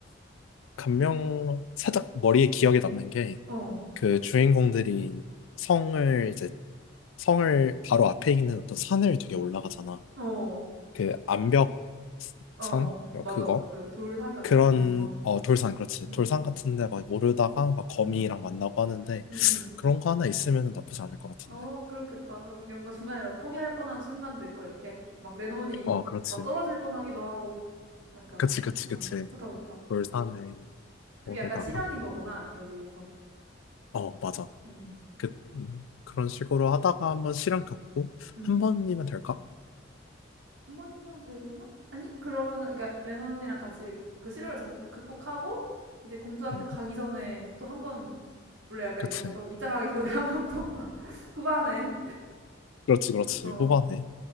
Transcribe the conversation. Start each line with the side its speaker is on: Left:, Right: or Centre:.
Left: 감명, 살짝 머리에 기억에 남는 게
Right: 어,
Left: 그 주인공들이 성을 이제 성을 바로 앞에 있는 어떤 산을 되게 올라가잖아.
Right: 어,
Left: 그 암벽
Right: 어,
Left: 산?
Right: 어. 맞아.
Left: 그거?
Right: 그 돌산 같은?
Left: 그런
Right: 어, 어.
Left: 어 돌산 그렇지
Right: 음,
Left: 돌산 같은데 막 모르다가 막 거미랑
Right: 음,
Left: 만나고 하는데
Right: 음.
Left: 그런 거 하나 있으면 나쁘지 않을 것 같은데
Right: 어, 그렇겠다. 그러면 이게 뭔가 중간에 막 포기할 뻔한 순간도 있고, 이렇게. 막 레논이
Left: 어 그렇지
Right: 막 떨어질 뻔하기도 하고, 약간.
Left: 그치 그치
Right: 아,
Left: 그치
Right: 좋다, 좋다.
Left: 돌산에
Right: 아, 그게
Left: 모르다가
Right: 약간 실현인 거구나, 여기서.
Left: 어 맞아
Right: 음,
Left: 그 음, 그런 식으로 하다가 한번 실현 겪고
Right: 음,
Left: 한
Right: 음.
Left: 번이면 될까
Right: 한 번이면 되려나? 아니, 그러면은, 그러니까 레논이랑 같이 그 시련을 자- 극복하고, 이제 공주한테
Left: 음
Right: 가기 전에 또 한 번, 원래 약간
Left: 그치
Right: 이런 것도 입장하기 전에 한 번 또, <laughs> 후반에,
Left: 그렇지 그렇지
Right: 어.
Left: 후반에